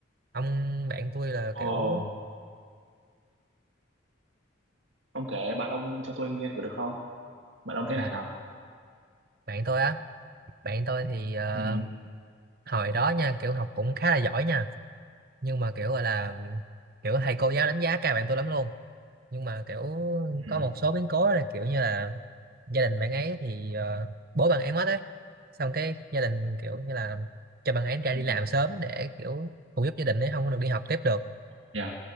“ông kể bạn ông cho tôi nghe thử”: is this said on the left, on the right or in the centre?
Right